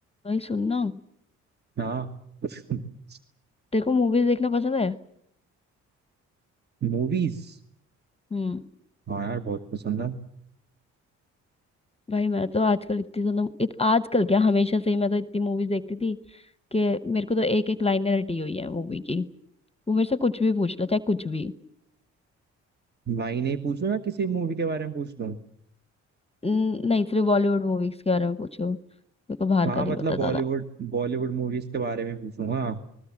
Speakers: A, on the left; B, on the right.
A: भाई सुनना
B: हाँ <laughs>
A: तेरे को मूवीज देखना पसंद है
B: मूवीज
A: हम्म
B: हाँ यार बहुत पसंद है
A: भाई मैं तो आजकल इतनी ज्यादा इत, आजकल क्या हमेशा से ही मैं तो इतनी मूवीज देखती थी कि मेरे को तो एक एक लाइनें रटी हुई है मूवी की वो मेरे से कुछ भी पूछ लो चाहे कुछ भी
B: नहीं नहीं पूछो या किसी मूवी के बारे में पूछ लूं
A: न- नहीं सिर्फ बॉलीवुड मूवीज के बारे में पूछो मेरे को बाहर
B: हाँ
A: का नहीं
B: मतलब
A: पता
B: बॉलीवुड
A: दादा
B: बॉलीवुड मूवीज के बारे में पूछूं हाँ